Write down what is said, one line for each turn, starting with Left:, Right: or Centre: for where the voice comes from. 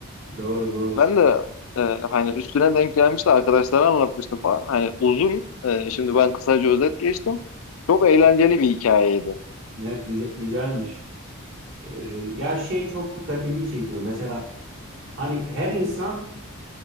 Right: Doğru doğru.
Left: Ben de e, hani üstüne denk gelmişti arkadaşlara anlatmıştım falan. Hani uzun e, şimdi ben kısaca özet geçtim. Çok eğlenceli bir hikayeydi.
Right: Evet güzel, güzelmiş. E, ya şey çok dikkatimi çekiyor. Mesela hani her insan